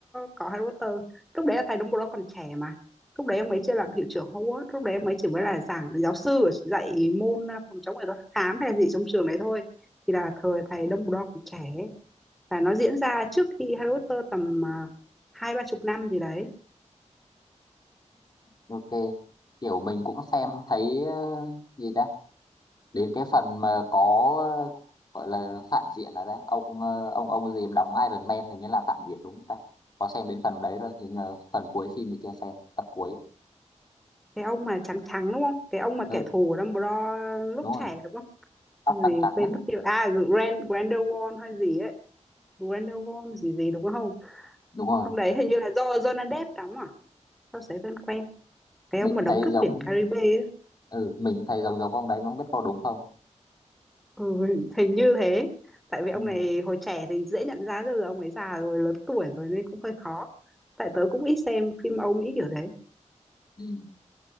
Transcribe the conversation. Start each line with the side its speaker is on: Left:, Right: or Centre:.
Centre: có Harry Potter lúc đấy là thầy Dumbledore còn trẻ mà lúc đấy ông ấy chưa làm hiệu trưởng Hogwarts lúc đấy ông ấy chỉ mới là giảng giáo sư ở- dạy môn à, phòng chống nghệ thuật hắc ám hay là gì trong trường đấy thôi thì là thời thầy Dumbledore còn trẻ và nó diễn ra trước khi Harry Potter tầm à, hai ba chục năm gì đấy
Left: ok kiểu mình cũng xem thấy ờ, gì ta đến cái phần mà có ờ, gọi là phản diện là ra ông ờ, ông ông gì mà đóng Iron Man hình như là phản diện đúng không ta có xem đến phần đấy rồi nhưng mà phần cuối phim thì chưa xem tập cuối
Centre: cái ông mà trắng trắng đúng không cái ông mà
Left: ừ
Centre: kẻ thù của Dumbledore lúc
Left: đúng
Centre: trẻ
Left: rồi
Centre: đúng không
Left: tóc
Centre: không gì
Left: trắng trắng
Centre: quên
Left: đó
Centre: mất tiêu à Grand Grindelwald hay gì ấy Grindelwald gì gì đúng không
Left: đúng rồi
Centre: Ông đấy hình như là do Johnny Depp đóng à? Sao sấy vẫn quen. Cái
Left: mình
Centre: ông mà đóng
Left: thấy
Centre: Cướp
Left: giống
Centre: biển Caribe ấy.
Left: ừ mình thấy giống giống ông đấy nó không biết có đúng không
Centre: Ừ, <laughs> hình như thế. Tại vì ông
Left: ừ.
Centre: này hồi trẻ thì dễ nhận ra rồi giờ ông ấy già rồi, lớn tuổi rồi nên cũng hơi khó. Tại tớ cũng ít xem phim Âu Mỹ kiểu đấy.
Left: Ừ.